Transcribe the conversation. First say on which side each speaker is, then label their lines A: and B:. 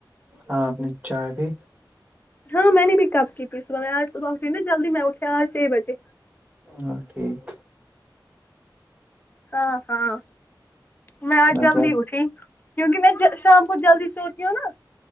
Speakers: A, on the right; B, on the left.
A: ہاں آپ نے چائے بھی
B: ہاں میں نے بھی کپ کی پی سبار آجب اٹ نا جلدی میں اٹھیا آج چھ بجے
A: ہ ٹھیک
B: ہاں ہاں میں آ
A: ویسے
B: جی
A: آپ
B: اٹھی کیونکہ م میں ج شام کو جلدی سوتی ہوں نا